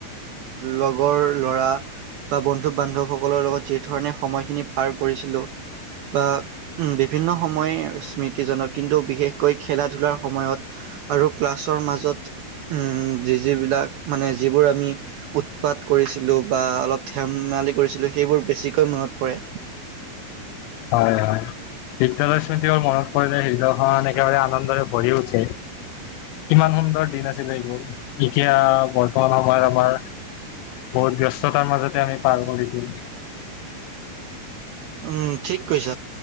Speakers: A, on the right (about 80°); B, on the left (about 85°).
A: লগৰ ল'ৰা। বা বন্ধু বান্ধৱসকলৰ লগত যি ধৰণে সময়খিনি পাৰ কৰিছিলোঁ। বা উম বিভিন্ন সময় স্মৃতিজনক। কিন্তু বিশেষকৈ খেলা ধূলাৰ সময়ত আৰু ক্লাছৰ মাজত। উম উম যি যিবিলাক মানে যিবোৰ আমি। উৎপাত কৰিছিলোঁ বা অলপ ধেম ধেমালি কৰিছিলোঁ সেইবোৰ বেছিকৈ মনত পৰে।
B: হয় হয়। বিদ্যালয় স্মৃতিবোৰ মনত পৰিলে হৃদয়খন একেবাৰে আনন্দৰে ভৰি উঠে। কিমান সুন্দৰ দিন আছিলে এইবোৰ এতিয়া বৰ্তমান সময়ত আমাৰ। বহুত ব্যস্ততাৰ মাজতে আমি পাৰ দিওঁ।
A: উম ঠিক কৈছ